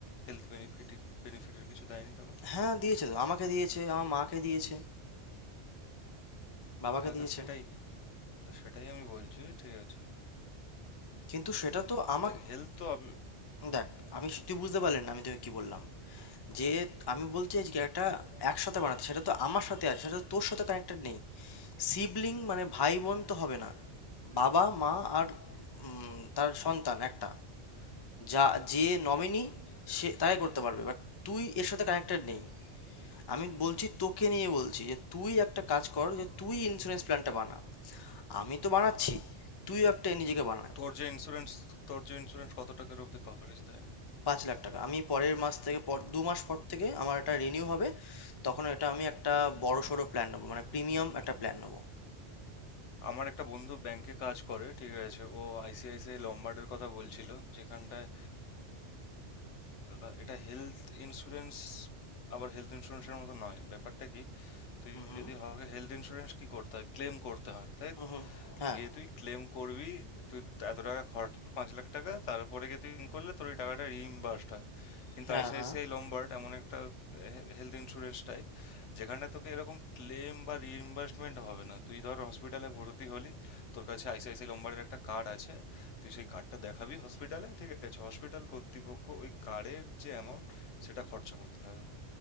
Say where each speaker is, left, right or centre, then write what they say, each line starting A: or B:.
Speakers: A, on the left; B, on the left.
A: হেলথ বেনিফিট বেনিফিটের কিছু দেয়নি তোকে?
B: হ্যাঁ দিয়েছে তো আমাকে দিয়েছে আমার মাকে দিয়েছে বাবাকে
A: হ্যাঁ,
B: দিয়েছে
A: তা সেটাই তা সেটাই আমি বলছি, ঠিক আছে।
B: কিন্তু সেটা
A: তো
B: তো আমাকে
A: দেখ হেলথ তো আমি-
B: দেখ আমি তুই বুঝতে পারলি না আমি তোকে কি বললাম যে আমি বলছি যে একটা একসাথে বানাতে সেটা তো আমার সাথে আছে সেটা তো তোর সাথে কানেক্টেড নেই সিবলিং মানে ভাই বোন তো হবে না বাবা মা আর উম, তার সন্তান একটা যা যে নমিনি সে তাই করতে পারবে বাট তুই এর সাথে কানেক্টেড নেই আমি বলছি তোকে নিয়ে বলছি যে তুই একটা কাজ কর যে তুই ইন্স্যুরেন্স প্ল্যানটা বানা আমি তো বানাচ্ছি তুই একটা নিজেকে বানা
A: তোর যে ইন্স্যুরেন্স তোর যে ইন্স্যুরেন্স কত টাকার অবধি কভারেজ দেয়?
B: পাঁচ লাখ টাকা আমি পরের মাস থেকে পর দু মাস পর থেকে আমার এটা রিনিউ হবে তখন এটা আমি একটা বড়
A: হুম।
B: সড়ো প্ল্যান নেবো মানে প্রিমিয়াম একটা প্ল্যান নেবো
A: আমার একটা বন্ধু ব্যাংকে কাজ করে, ঠিক আছে। ও আইসিআইসিআই লম্বার্ডের কথা বলছিল, যেখানটায় দাদা এটা হেলথ ইন্স্যুরেন্স আবার হেলথ ইন্স্যুরেন্সের মতো নয় ব্যাপারটা কি তুই
B: হুম হুম
A: যদি হয় হেলথ ইন্স্যুরেন্স কি করতে হয় ক্লেম করতে হয় তাই
B: হুম হুম হ্যাঁ
A: গিয়ে তুই ক্লেম করবি তুই এত টাকা খরচ পাঁচ লাখ টাকা তারপরে গিয়ে তুই claim করলে তোর ওই টাকাটা রিইম্বার্সড হয় কিন্তু
B: হ্যাঁ
A: আইসিআইসিআই
B: হ্যাঁ
A: লম্বার্ড এমন একটা হেলথ ইন্স্যুরেন্স টাইপ যেখানে তোকে এরকম ক্লেম বা রিইম্বার্সমেন্ট হবে না তুই ধর হসপিটালে ভর্তি হলি তোর কাছে আইসিআইসিআই লম্বার্ডের একটা কার্ড আছে তুই সেই কার্ডটা দেখাবি হসপিটালে ঠিক আছে হসপিটাল কর্তৃপক্ষ ওই কার্ডের যে অ্যামাউন্ট সেটা খরচা করতে থাকে